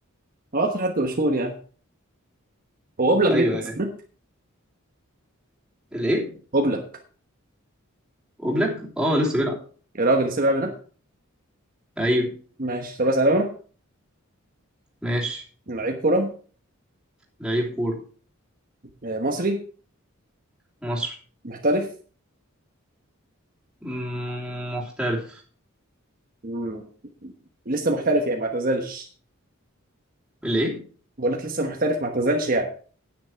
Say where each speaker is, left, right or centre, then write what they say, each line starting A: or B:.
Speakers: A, on the right (about 40°); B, in the centre.
A: هو اكتر حد مشهور يعني هو اوبلاك
B: ايوه
A: بيلعب
B: ايوه
A: هناك
B: الايه
A: اوبلاك
B: اوبلاك اه لسه بيلعب
A: يا راجل لسه بيلعب هناك
B: ايوه
A: ماشي طب اسال انا
B: ماشي
A: لعيب كوره
B: لعيب كورة
A: آه، مصري
B: مصر
A: محترف
B: مم، محترف
A: مم. لسه محترف يعني ما اعتزلش
B: الايه
A: بقول لك لسه محترف ما اعتزلش يعني